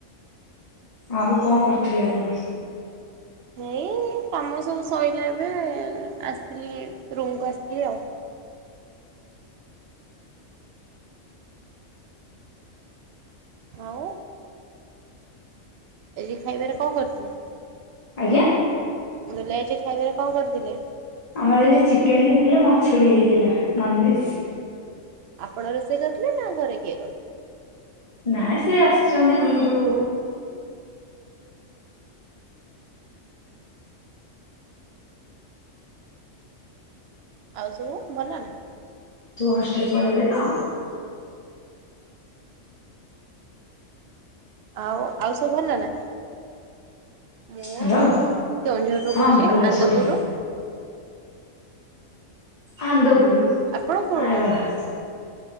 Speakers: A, on the left; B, on the right.
A: ଆଉ କଣ କରୁଥିଲେ ଆପଣ?
B: ଏଇ କାମ ସବୁ ସରିଲା ଏବେ ଆସିଥିଲି ରୁମ୍ କୁ ଆସିଥିଲି ଆଉ। ଆଉ। ଆଜି ଖାଇବାରେ କଣ କରିଥିଲେ?
A: ଆଜ୍ଞା।
B: କହିଲି ଆଜି ଖାଇବାରେ କଣ କରିଥିଲେ?
A: ଆମର ଚିକେନ ହେଇଥିଲା ମାଛ ବି ହେଇଥିଲା ନନଭେଜ।
B: ଆପଣ ରୋଷେଇ କରିଥିଲେ ନା ଘରେ କିଏ କରିଥିଲେ?
A: ନାଇଁ ସେ ଆସିଛନ୍ତି ଆମର ସବୁ
B: ଆଉ ସବୁ ଭଲ ନା?
A: ପୁଅ ହଷ୍ଟେଲ ପଳେଇବେ ତ
B: ଆଉ ଆଉ ସବୁ ଭଲ ନା ମୁଁ
A: ହ୍ୟାଲୋ
B: କେଉଁଝରରୁୁ
A: ହଁ
B: କହୁଛି
A: ଭଲ
B: ଆନ୍ଦପୁରରୁୁ
A: ସବୁ ଆନ୍ଦପୁର।
B: ଆପଣ କୋଉଠୁ
A: ଆରେ
B: କହୁଛନ୍ତି?
A: ବାହା।